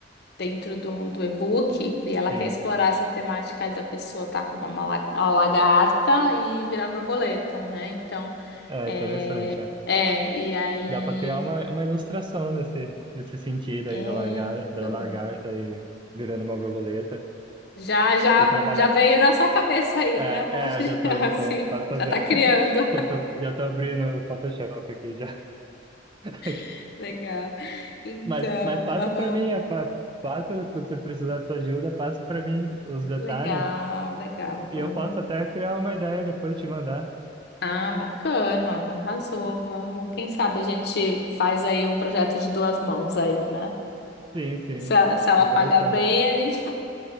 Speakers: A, on the left (about 60°); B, on the right (about 25°).
A: dentro do, do e-book e ela
B: Sim,
A: quer explorar essa temática da pessoa estar com uma mala- a lagarta e virar borboleta, né? Então,
B: é
A: é,
B: interessante, é.
A: é e aí,
B: Dá para criar uma, uma ilustração nesse, nesse sentido
A: é,
B: aí da largar,
A: então,
B: da lagarta e virando uma borboleta
A: já, já,
B: e trabalhar.
A: já veio na sua cabeça aí,
B: É,
A: né? Um monte
B: é, eu já
A: de,
B: tô,
A: <laughs>
B: já
A: assim,
B: tô quase fazendo.
A: já tá criando.
B: <laughs> Já tô, já tô abrindo o Photoshop aqui, já. <laughs>
A: <laughs> Legal. Então,
B: Mas, mas passa
A: aham.
B: para mim, a fa- passa, se você precisar de sua ajuda, passa para mim os detalhes
A: Legal, legal.
B: e
A: Vamos
B: eu posso até criar uma ideia e depois te mandar.
A: Ah, bacana, arrasou, vamos. Quem sabe a gente faz aí um projeto de duas mãos aí, né?
B: Sim, sim,
A: Se, a- se ela
B: é interessante.
A: pagar bem, a gente.